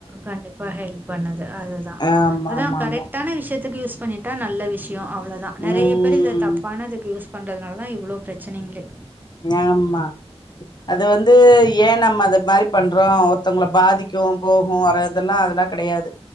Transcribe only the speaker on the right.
கண்டிப்பா ஹெல்ப் பண்ணுது அதுதா
அதா
கரெக்டான
விஷயத்துக்கு யூஸ் பண்ணிட்டா நல்ல விஷ் யோ அவ்ளோதா நெறையா
பேர் இது தப்பானதுக்கு யூஸ் பண்ணுறனாலதா இவ்ளோ ப்ரச்சனைங்களே